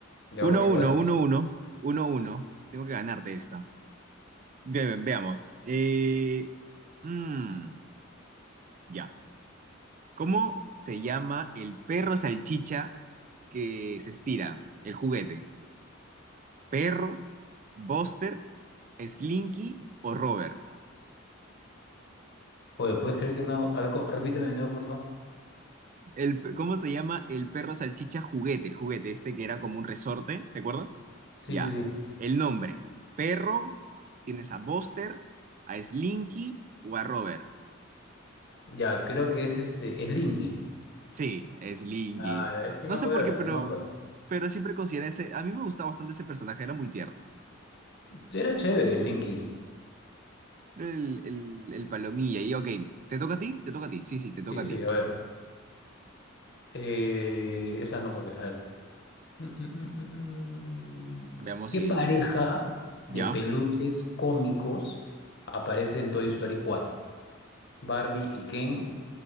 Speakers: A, on the left; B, on the right.
A: Y
B: Uno,
A: aún igual.
B: uno, uno, uno, uno, uno. Tengo que ganarte esta. Ve- veamos. Eh, mm, ya. ¿Cómo se llama el perro salchicha que se estira? El juguete. ¿Perro, Buster, Slinky o Robert?
A: Oye, ¿puedes creer que no? A ver, co- repíteme de nuevo, porfa.
B: El, pe- ¿cómo se llama el perro salchicha juguete? El juguete este que era como un resorte, ¿te acuerdas?
A: Sí,
B: Ya.
A: sí, sí.
B: El nombre. Perro, tienes a Buster, a Slinky o a Robert.
A: Ya, creo que es este, es Linky.
B: Sí, Slinky.
A: Ah, eh, sí
B: No
A: me
B: sé
A: acuerdo,
B: por qué, pero
A: sí me acuerdo.
B: pero siempre considera ese, a mí me gustaba bastante ese personaje, era muy tierno.
A: Era chévere, Slinky.
B: El, el, el palomilla, y ok, ¿te toca a ti? Te toca a ti, sí, sí, te toca
A: Sí, sí,
B: a ti.
A: sí, a ver. Eh, esa no, porque, a ver. Mm, mm, mm, mm, mm.
B: Veamos
A: ¿Qué
B: si,
A: pareja de
B: ¿ya?
A: peluches cómicos aparece en Toy Story cuatro ¿Barbie
B: Uy.
A: y Ken?